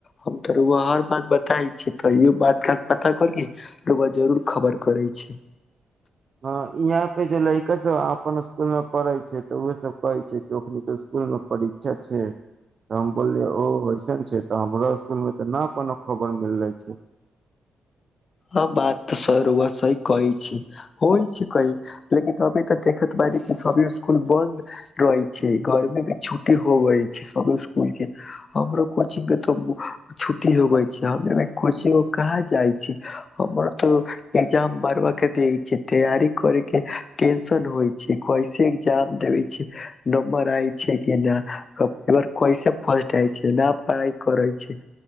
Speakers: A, on the left (about 40°); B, on the right (about 45°).
A: हम तो हर बात बताै छ तयो बात काल पता करके जरूर खबर करे छै
B: हँ यहाँ पे जे लड़का सभ अपन इसकुलमे पढ़ैत छैक तऽ उहसभ कहैत छैक कि ओखने इसकुलमे परीक्षा छै तऽ हम बोललियै ओ वइसन छै तऽ हमरो इसकुलमे तऽ नहि कोनो खबर मिलैत छैक
A: हँ बात तऽ सर ओह सही कहै छै होइ छै कहई लेकिन अभी तऽ देखैत पाय छै सब स्सकुल बन्द रहय छैक घरमे भी छुट्टी हो गईल छैक सब इसकुल केंँ हमरो कोचिंग केँ तो छुट्टी हो गईल छैक हममे कोचिंग कहाँ जाइ छै हमर तो एग्जाम बार बार के दै छै तैयारी करे केँ टेंशन होइत छैक कैसे एग्जाम देबे छैक नम्बर आय छै कि न कैसे फर्स्ट आय छै न पढ़ाई करैत छैक